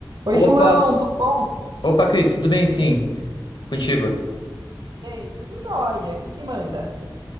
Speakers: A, on the right; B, on the left.
A: Oi,
B: Opa,
A: João, tudo bom?
B: opa, Cris, tudo bem sim? Contigo?
A: E aí, tudo jóia? O que que manda?